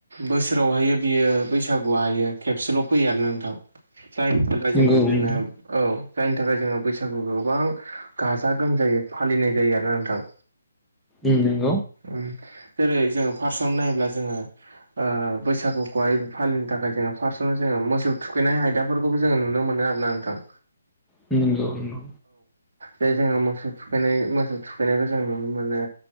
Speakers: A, on the right (about 55°); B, in the centre.
A: बोसोरावहायो बियो बैसागुवाहायो खेबसेल' फैयो आरोना नोंथां। जायनि थाखाय
B: नंगौ
A: जोङो बिदिनो
B: नोंथां
A: औ जायनि थाखाय जोङो बैसागुखौ गोबां गाजा गोमजायै फालिनाय जायो आरोना नोंथां।
B: उम नों
A: उम। जेरै जोङो फार्स्टआवनो नायोब्ला जोङो ओ बैसागुखौहाय फालिनो थाखाय जोङो फार्स्टआवनो जोङो ओम मोसौ थुखैनाय आयदाफोरखौबो जोङो नुनो मोनो आरो ना नोंथां।
B: ओम नोंगौ नोंगौ।
A: बे जोङो मोसौ थुखैनाय मोसौ थुखैनायखौ जों नुनो मोनो।